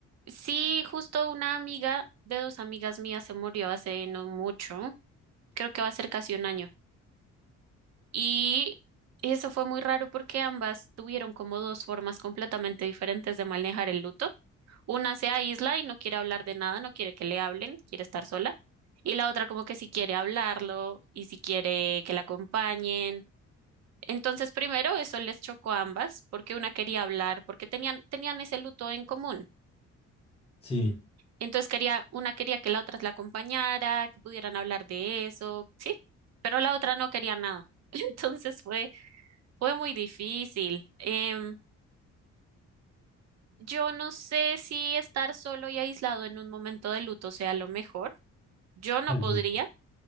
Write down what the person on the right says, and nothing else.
Sí, justo una amiga de dos amigas mías se murió hace no mucho, creo que va a ser casi un año. Y eso fue muy raro porque ambas tuvieron como dos formas completamente diferentes de manejar el luto. Una se aísla y no quiere hablar de nada, no quiere que le hablen, quiere estar sola. Y la otra como que si quiere hablarlo y si quiere que la acompañen. Entonces, primero eso les chocó a ambas porque una quería hablar, porque tenían, tenían ese luto en común.
Entonces quería, una quería que la otra la acompañara, que pudieran hablar de eso, sí, pero la otra no quería nada. <laughs> Entonces fue, fue muy difícil. Em, yo no sé si estar solo y aislado en un momento de luto sea lo mejor Yo no
podría,